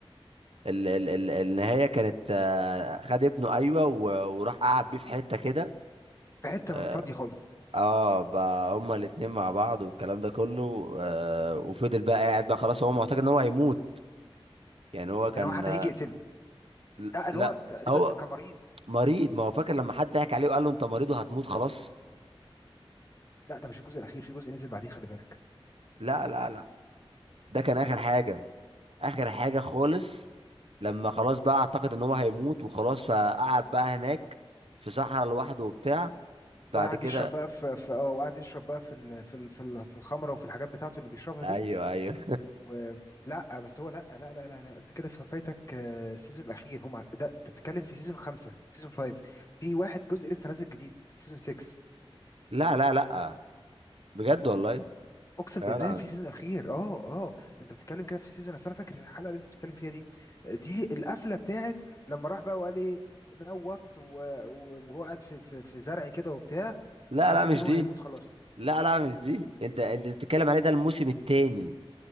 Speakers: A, on the right; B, on the left.
A: ال ال ال النهايه كانت آه، خد ابنه ايوه و- وراح قعد بيه في حته كده
B: في حته
A: اه
B: فاضيه خالص
A: آه، بقى هما الاتنين مع بعض والكلام ده كله آه وفضل بقى قاعد بقى خلاص هو معتقد ان هو هيموت يعني هو كان
B: ان واحد
A: آه،
B: هيجي يقتله
A: ل-
B: لا ان
A: لا
B: هو تقريبا
A: هو
B: كان مريض
A: مريض ما هو فاكر لما حد ضحك عليه وقال له انت مريض وهتموت خلاص
B: لا ده مش الجزء الاخير في جزء نزل بعديه خلي بالك
A: لا لا لا ده كان اخر حاجه اخر حاجه خالص لما خلاص بقى اعتقد ان هو هيموت وخلاص فقعد بقى هناك في صحراء لوحده وبتاع
B: وقعد
A: بعد كده
B: يشرب بقى في في اه وقعد يشرب بقى في ال... في ال... في ال... في الخمره وفي الحاجات بتاعته اللي بيشربها
A: ايوه
B: دي
A: ايوه
B: و... لا بس هو لا لا لا لا, لا. انت كده فايتك آه، سيزون الاخير هم ده أنت بتتكلم في سيزون خمسه سيزون فايف في واحد جزء لسه نازل جديد سيزون 6
A: لا لا لا بجد والله يا
B: اقسم بالله
A: جدع.
B: في سيزون اخير اه اه انت بتتكلم كده في سيزون اصل انا فاكر الحلقه اللي انت بتتكلم فيها دي دي القفله بتاعت لما راح بقى وقال ايه نوت و- و- وهو قاعد في في في زرع كده وبتاع
A: لا
B: وكان
A: لا
B: فاكر
A: مش
B: ان
A: دي
B: هو هيموت خلاص
A: لا لا مش دي انت انت بتتكلم عليه ده الموسم الثاني